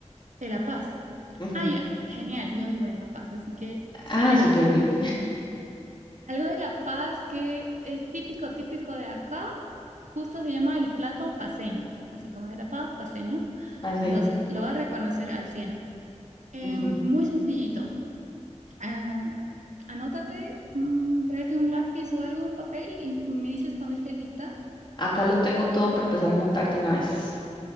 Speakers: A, on the right; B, on the left.
A: De La Paz.
B: Ujú.
A: Ah, ya, genial, yo vivo en La Paz, así que sí
B: Ah,
A: me
B: súper
A: la sé.
B: bien.
A: Algo de La Paz que es típico, típico de acá, justo se llama el plato paceño, así como de La Paz, paceño.
B: Paseño.
A: Entonces lo vas a reconocer al cien Eh,
B: Ujú.
A: muy sencillito. Ah, anótate, mm, tráete un lápiz o algo, un papel y me dices cuando estés lista.
B: Acá lo tengo todo para empezar a anotar de una vez.